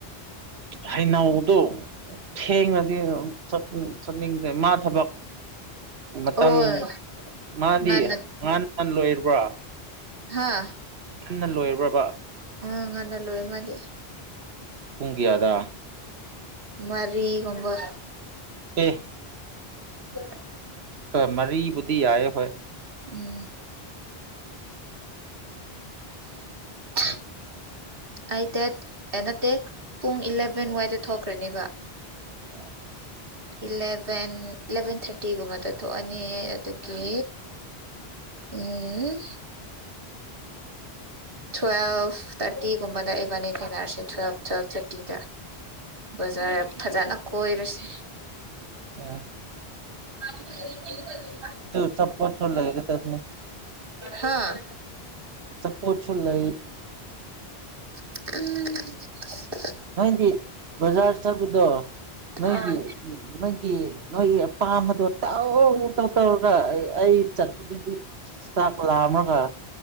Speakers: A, on the right; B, on the right.
A: ꯍꯩꯅꯧꯗꯣ ꯊꯦꯡꯉꯗꯤ ꯂꯧ ꯆꯠ ꯆꯠꯅꯤꯡꯗꯦ ꯃꯥ ꯊꯕꯛ ꯃꯇꯝ
B: ꯑꯣ
A: ꯃꯥꯗꯤ
B: ꯉꯟꯅ
A: ꯉꯟ ꯉꯟꯅ ꯂꯣꯏꯔꯕ꯭ꯔꯥ
B: ꯍꯥꯥ
A: ꯉꯟꯅ ꯂꯣꯏꯕ꯭ꯔꯥꯕ
B: ꯃꯥ ꯉꯟꯅ ꯂꯣꯏꯒꯅꯤ
A: ꯄꯨꯡ ꯀꯌꯥꯗꯥ
B: ꯃꯥꯔꯤꯒꯨꯝꯕ
A: ꯑꯦ
B: <unintelligible>
A: ꯑ ꯃꯔꯤꯕꯨꯗꯤ ꯌꯥꯢꯑꯦ ꯍꯣꯏ
B: ꯎꯝ <inaudible> ꯑꯩ ꯗꯦꯠ ꯑꯦꯂꯚꯦꯟ ꯄꯨꯡ ꯏꯂꯚꯦꯟ ꯋꯥꯏꯗ ꯊꯣꯛꯈ꯭ꯔꯅꯦꯕ
A: <inaudible>
B: ꯏꯂꯚꯦꯟ ꯏꯂꯚꯦꯟ ꯊꯥꯔꯇꯤꯒꯨꯝꯕꯗ ꯊꯣꯛꯑꯅꯤ ꯑꯗꯨꯒꯤ ꯎꯝ ꯇꯨꯋꯦꯜꯚ ꯊꯥꯔꯇꯤꯒꯨꯝꯕꯗ ꯑꯦꯕꯥꯅꯤ ꯊꯦꯡꯅꯔꯁꯦ ꯇꯨꯋꯦꯜꯐ ꯇꯨꯋꯦꯜꯐ ꯊꯥꯔꯇꯤꯗ ꯕꯖꯥꯔ ꯐꯖꯅ ꯀꯣꯏꯔꯁꯤ
A: ꯑ
B: <unintelligible>
A: ꯇꯨ ꯆꯥꯄꯣꯠꯁꯨ ꯈꯔ ꯂꯩꯒꯗꯕꯅꯦ
B: ꯑꯍꯥꯥ
A: ꯑꯆꯥꯄꯣꯠꯁꯨ ꯂꯩ
B: <unintelligible>
A: ꯅꯣꯏꯗꯤ ꯕꯖꯥꯔ ꯆꯠꯄꯗꯣ ꯅꯣꯏꯒꯤ
B: ꯑꯥ
A: ꯅꯣꯏꯒꯤ ꯅꯣꯏꯒꯤ ꯑꯄꯥꯝꯕꯗꯣ ꯇꯧ ꯇꯧ ꯇꯧꯔꯒ ꯑꯩ ꯑꯩ ꯆꯠꯄꯗꯨꯗꯤ ꯆꯥꯛ ꯂꯥꯝꯔꯒ